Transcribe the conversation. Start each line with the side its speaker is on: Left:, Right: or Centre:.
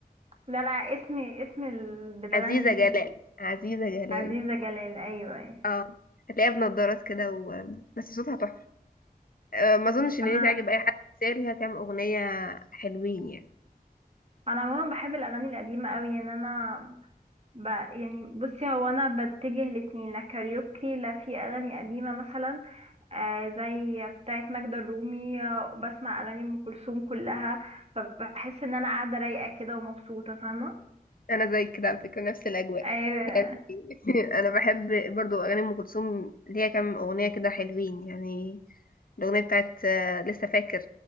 Right: لا لا اسم اسم اللي بتغني
Left: عزيزة
Right: ايه
Left: جلال عزيزة جلال
Right: عزيزه جلال ايوه ايوه
Left: اه هتلاقيها بنضارات كده و... بس صوتها تحفة آه، ما اظنش ان
Right: انا
Left: دي تعجب اي حد بس هي ليها كام أغنية حلوين يعني
Right: انا عموما بحب الاغاني القديمه قوي يعني انا ب... يعني بصي هو انا بتجه الاتنين لا كاريوكي لا في اغاني قديمه مثلا آه زي بتاعه ماجدة الرومي آه، بسمع اغاني ام كلثوم كلها فبحس ان انا قاعده رايقه كده ومبسوطه فاهمه
Left: انا زي كده على فكرة نفس الاجواء
Right: ايوه
Left: يعني <laughs> انا بحب برضو اغاني ام كلثوم ليها كام أغنية كده حلوين يعني الأغنية بتاعت آه، لسه فاكر